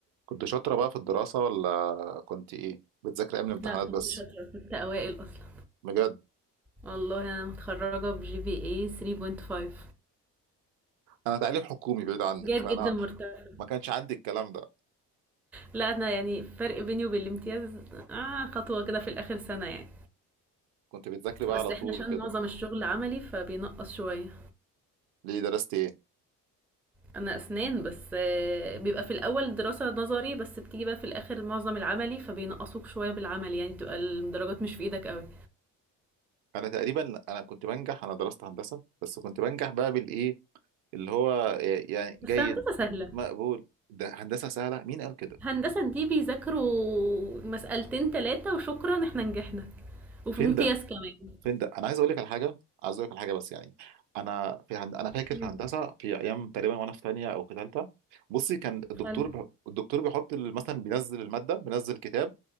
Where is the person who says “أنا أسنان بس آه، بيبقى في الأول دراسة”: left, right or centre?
Centre